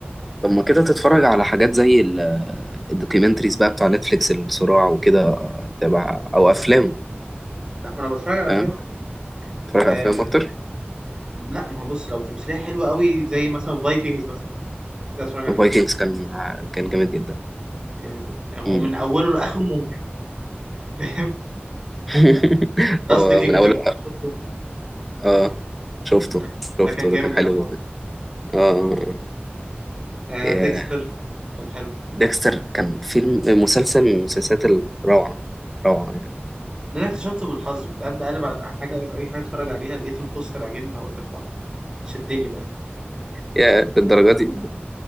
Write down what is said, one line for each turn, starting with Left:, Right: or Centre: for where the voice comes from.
Centre: طب ما كده تتفرج على حاجات زي ال- الدوكيومنتريز بقى بتوع نتفليكس الصراع وكده آه، تبع او افلام
Right: لا ما انا بتفرج على افلام
Centre: فاهم تتفرج
Right: آه
Centre: على افلام اكتر
Right: لا ما هو بص لو تمثيليه حلوه قوي زي مثلا فايكنجز مثلا ده اتفرج عليه
Centre: فايكنجز كان كان جامد جدا
Right: يعني هو
Centre: امم
Right: من اوله لاخره ممتع <laughs>
Centre: <laughs>
Right: لاست
Centre: هو
Right: كينجدم
Centre: من اول
Right: شفته
Centre: اه شفته
Right: ده كان
Centre: شفته
Right: ده كان جامد
Centre: ده كان حلو
Right: قوي برضه
Centre: جدا اه آه، آه.
Right: آه
Centre: يا
Right: ديكستر كان حلو
Centre: ديكستر كان فيلم مسلسل من المسلسلات الروعة روعة يعني
Right: ده انا اكتشفته بالحظ كنت قاعد بقلب على حاجه اي حاجه اتفرج عليها لقيت البوستر عاجبني قلت ارفعه شدني بقى
Centre: يا الدرجة دي